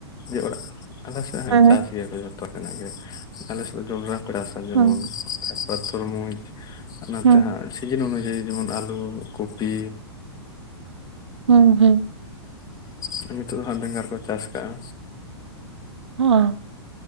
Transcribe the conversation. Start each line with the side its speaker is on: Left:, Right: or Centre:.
Left: ᱡᱮ ᱚᱲᱟᱜ ᱟᱞᱮ ᱥᱮᱫ ᱦᱚᱸ
Right: ᱦᱮᱸ
Left: ᱪᱟᱥ ᱜᱮᱭᱟ ᱠᱚ ᱡᱚᱛᱚ ᱠᱷᱚᱱᱟᱜ ᱜᱮ ᱟᱞᱮᱥᱮᱫ ᱡᱚᱱᱰᱽᱨᱟ ᱪᱟᱥᱟ ᱡᱮᱢᱚᱱ
Right: ᱦᱩᱸ
Left: <unintelligible> ᱛᱚᱨᱢᱩᱡᱽ ᱟᱨ ᱱᱟᱛᱮ
Right: ᱦᱩᱸ
Left: ᱦᱟᱸᱜ ᱥᱤᱡᱤᱱ ᱚᱱᱩᱡᱟᱭᱤ ᱡᱮᱢᱚᱱ ᱟᱞᱩ, ᱠᱚᱯᱤ
Right: ᱦᱩᱸ ᱦᱩᱸ
Left: ᱦᱩᱸ ᱱᱤᱛᱚᱜ ᱫᱚ ᱦᱟᱜ ᱵᱮᱸᱜᱟᱲ ᱠᱚ ᱪᱟᱥ ᱠᱟᱜ-ᱟ᱾
Right: ᱦᱚᱸ